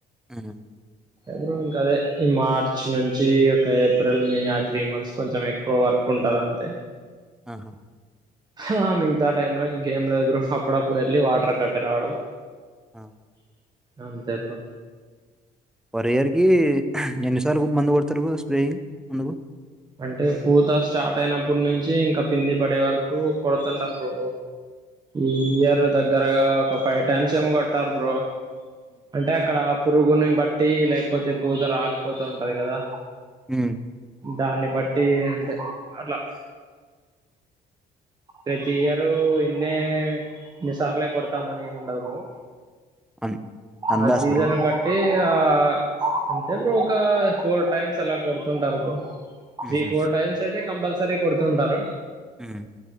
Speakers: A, in the centre; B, on the right (about 25°).
A: మ్
B: బ్రో ఇంకా అదే ఈ మార్చ్ నుంచి ఒక ఏప్రిల్ మే ఆ త్రీ మంత్స్ కొంచమే ఎక్కువ వర్క్ ఉంటదంతే
A: అహా
B: హ మిగతా టైం లో ఇంకేం లేద్ బ్రో అప్పుడప్పుడు వెళ్ళి వాటర్ కట్టి రావడం
A: అ
B: అంతే బ్రో
A: పర్ ఇయర్ కి ఎన్నిసార్లు మందు కోడుతారు బ్రో స్ప్రేయింగ్ ముందుకు
B: అంటే పూత స్టార్ట్ అయినప్పుడు నుంచి ఇంకా కింద పింది వరకు కొడుతుంటార్ బ్రో ఈ ఇయర్ దగ్గరగా ఒక ఫైవ్ టైమ్స్ ఏమొ కొట్టారు బ్రో అంటే అక్కడ పురుగుని బట్టి లేకపోతే పూత రాలిపోత ఉంటది గదా
A: మ్
B: దాన్ని బట్టి అంటే అట్లా ప్రతి ఇయర్ ఇన్నే నిసార్లే కొడతామని ఏముండదు బ్రో
A: అన్ అందాస్
B: ఆ సీజన్
A: బ్రో
B: బట్టి అ అంతే బ్రో ఒక ఫోర్ టైమ్స్ అలా కొడుతుంటారు బ్రో
A: హుహు.
B: త్రి ఫోర్ టైమ్స్ అయితే కంపల్సరీ కొడుతుంటారు
A: మ్